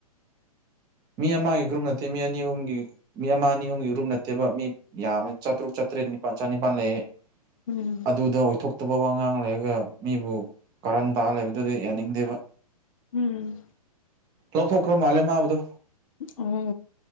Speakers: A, on the right; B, on the left.
A: ꯃꯤ ꯑꯃꯒꯤ ꯒ꯭ꯔꯨꯞ ꯅꯠꯇꯦ ꯃꯤ ꯑꯅꯤ ꯍꯨꯝꯒꯤ ꯃꯤ ꯑꯃ ꯑꯅꯤ ꯑꯍꯨꯝꯒꯤ ꯒ꯭ꯔꯨꯞ ꯅꯠꯇꯦꯕ ꯃꯤ ꯌꯥꯝꯃꯦ ꯆꯇ꯭ꯔꯨꯛ ꯆꯇ꯭ꯔꯦꯠ ꯅꯤꯄꯥꯜ ꯆꯅꯤꯄꯥꯜ ꯂꯩꯌꯦ
B: ꯎꯝ
A: ꯑꯗꯨꯗ ꯑꯣꯏꯊꯣꯛꯇꯕ ꯋꯥꯉꯥꯡ ꯂꯩꯔꯒ ꯃꯤꯕꯨ ꯀꯥꯔꯟ ꯇꯥ ꯂꯩꯕꯗꯨꯗꯤ ꯌꯥꯅꯤꯡꯗꯦꯕ
B: ꯎꯝ
A: ꯂꯧꯊꯣꯛꯈ꯭ꯔ ꯃꯥꯜꯂꯦ ꯃꯥꯕꯨꯗꯣ
B: ꯑꯣ